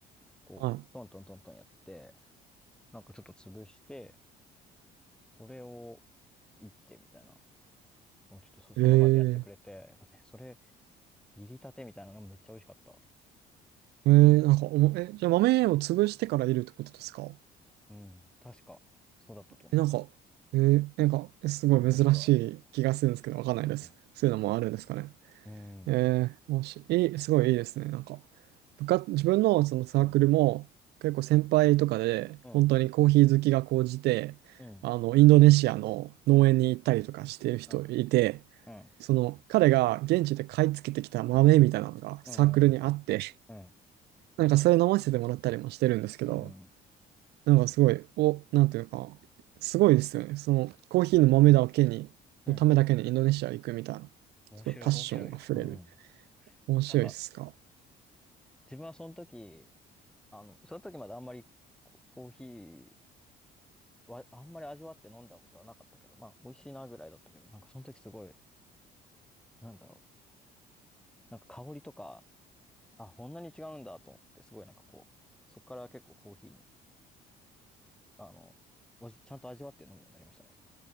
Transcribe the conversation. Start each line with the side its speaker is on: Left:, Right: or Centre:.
Centre: こう、
Right: は
Centre: トントントントンやって、なんかちょっと潰して、それを、いってみたいな、もうちょっとそ、その場でやってくれて、
Right: い。ええ。
Centre: やっぱね、それ、入りたてみたいなのめっちゃ美味しかった。
Right: ええ、なんかおも、え、じゃあ豆を潰してからいるってことですか
Centre: うん、確か、そうだったと思う。
Right: え、なんか、えー、なんか、えすごい珍しい気がするんですけど、
Centre: その時は。
Right: わかんないです。
Centre: うん、
Right: そういうのもあるんですかね。
Centre: うん、
Right: ええ、もし、いい、すごいいいですね。なんか、部活、自分のそのサークルも、
Centre: うん、
Right: 結構先輩とかで、
Centre: うん、
Right: 本当にコーヒー好きが高じて、
Centre: うん、
Right: あの、インドネシアの農園に行ったりとかしてる人いて、
Centre: うん、うん、うん。
Right: その彼が現地で買い付けてきた豆みたいなのがサークルにあって、
Centre: うん、うん、
Right: なんかそれ飲ませてもらったりもしてるんですけど、
Centre: うん、
Right: なんかすごい、お、なんていうか、すごいですよね。そのコーヒーの豆だけに、
Centre: うん。
Right: のためだけにインドネシア行くみたいな、
Centre: 面白い、
Right: すごいパッションあふれる。
Centre: 面白いよ。うん。
Right: 面白いっすか。
Centre: なんか、自分はその時、あの、その時まであんまりココーヒーは、あんまり味わって飲んだことはなかったけど、まあ、美味しいなぐらいだったけど、なんかその時すごい、なんだろう、なんか香りとか、あ、こんなに違うんだと思って、すごいなんかこう、そこから結構コーヒーに、あの、おじ、ちゃんと味わって飲むようになりましたね。